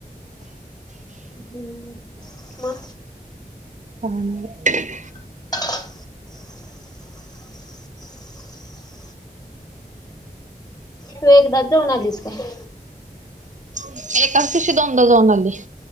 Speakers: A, on the left; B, on the right.
A: हम्. म?
B: काय नाई.
A: <inaudible> तु एकदाच जाऊन आलीस काय?
B: मी एकाच दिवशी दोन दा जाऊन आलोय.